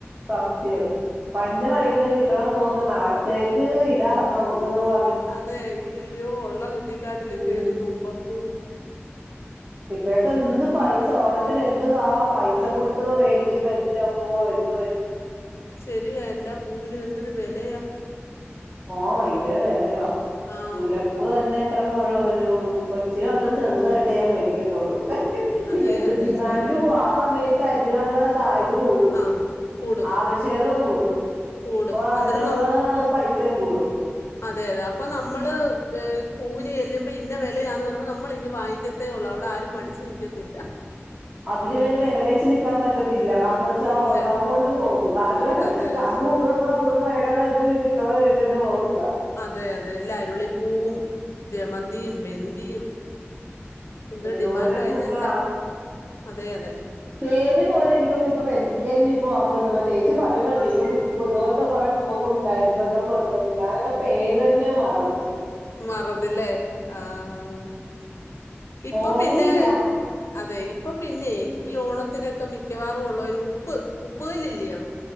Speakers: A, on the right (about 35°); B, on the left (about 75°).
A: സത്യം പന്ന് മണികൊക്ക കിട്ട്ണ പൂവൊക്കെ നാളത്തേക്ക് ഇടാ നമുക്കെന്ന് പ
B: അതെ യ്യോ ഉള്ള കുറ്റിക്കാട്ടില്
A: ഉം
B: കേറി തുമ്പപ്പൂ
A: ഇപ്പൊക്കെ എന്ത് പൈസ ഓണത്തിന് എന്ത് ആഹ് പൈസ കൊടുത്ത് വേടിക്കുമ്പൊ എന്റമ്മൊ
B: ശരിയാ എല്ലാ പൂവിനും എന്തൊരു വെലയാ
A: ആഹ് ഭയങ്കര വെലയ
B: ആഹ്
A: മുല്ലപ്പൂ തന്നെ ഇത്ര മുഴ വരും കൊച്ചിന് മാത്രം ചെറ്തായിട്ടെ ഞാ മേടിക്കത്തുള്ളു
B: അതെ
A: എന്ത്
B: അതെ
A: ഡിമാൻഡ്
B: ശരിയാ
A: പോ ആഹ് സമയത്ത് അതിനുള്ള കാ കൂടും.
B: ആഹ് കൂടും
A: ആവശ്യകത കൂടും.
B: കൂടും
A: ഇപോ
B: അന്നേരം
A: അതിനുള്ളാ
B: നം
A: പൈ സെകൂടും
B: അതെ അതെ അപ്പ നമ്മള് പൂവിനെല്ലുമ്പൊ ഇന്ന വെലയാന്ന് പറമ്പൊ നമ്മള് ഇനി വാങ്ങിക്കത്തെ ഉള്ളു അവടാരും മടിച്ച് നിക്കത്തില്ല
A: അതിനുവേണ്ടി വെലപേശി നിക്കാൻ പ റ്റത്തില്ല കാരണംന്ന്ച്ചാ
B: ഇല്ല
A: ഒള്ളവം കൊണ്ട് പോകും. കാഷ്
B: അതെ
A: കാ കൂണടക്ക അതുകൊണ്ട് വരക്കാത കിട്ട്ണ വേടച്ചിട്ട് പോവെന്ത
B: അതെ അതെ ല്ല അരുളിപ്പൂവും ജമന്തിയും ബെന്തിയും എന്ത
A: എന്തോരം
B: ഡിമാൻഡ് ആയെനെല്ലാം
A: പൂക്കളാ
B: അതെ അതെ
A: പേര് പോലെ എനിക്കോന്ന് ഇപ്പ എനിക്കെന്നെ ഇപ്പ ഓർമ്മട്ടണില്ല ചേച്ചി പറയുമ്പ ഇപ്പ ആതുപോൽത്തെ കൊറെ പൂവൊക്കെ ഉണ്ടായിരുന്നല്ലോ നോക്കുന്നു ഞാനൊക്ക പേര് തന്നെ മറന്ന്
B: മറന്നില്ലെ ആഹ് ഇപ്പൊ
A: ഓർമ്മയില്ല
B: പിന്നേ അതെ ഇപ്പൊ പിന്നെയ് ഈ ഓണത്തിനൊക്ക മിക്കവാറുള്ള ഒരു ഉപ്പ് ഉപ്പുകല്ല്ല്ല്യോ